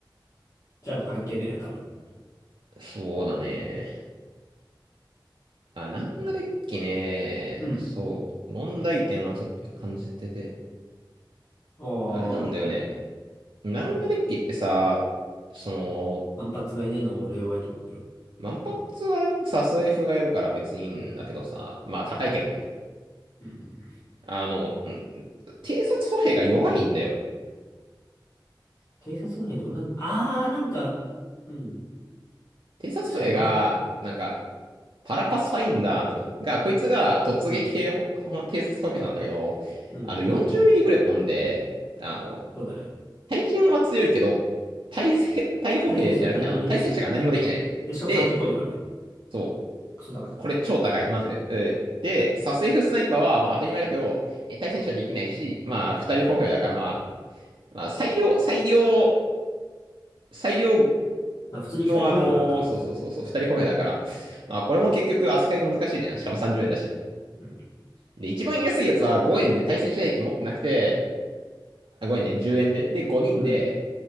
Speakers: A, on the left; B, on the right.
A: じゃあ関係ねえな、多分。
B: う。そうだね。あ、ナンガデッキね。
A: うん。
B: そう。問題点はちょっと感じてて。
A: ああ。
B: あれなんだよね。ナンガデッキってさ、その、
A: 万発がいないのが俺弱いと思ってる。
B: 万発はさ、スエフがやるから別にいいんだけどさ。まあ高いけどね。
A: うん。
B: あの、うん、偵察歩兵が弱いんだよ。
A: 偵察歩兵どんな、あー、なんか、うん。
B: 偵察歩兵が、
A: 確かに弱かったかも。
B: なんか、パラパスファインダーズが、こいつが突撃系ほほ偵察歩兵なんだけど、
A: うん。うん。
B: あの40ミリグレポンで、あの、
A: そうだね。
B: 対人は強いけど、対兵対歩兵じゃなくて、
A: 対戦者何にもできないからね。
B: あの、対戦車が何もできない。
A: で、しかも30ポイントだからね。
B: で、そう、
A: クソ高い。
B: これ超高い、マジで。えーで、サス F スナイパーは、まあ当たり前だけど、えー対戦車できないし、まあ二人歩兵だから、まあ、まあ最良、最良、最良
A: まあ普通に2人歩兵だからな、
B: のあのーそうそうそうそう、
A: こいつ。
B: 二人歩兵だから、まあこれも結局扱いが難しいじゃん。しかも30円だし。
A: うん。
B: で、一番安いやつは5円で対戦車兵器持ってなくて、あ、5円じゃない、10円で。で、5人で、
A: うん。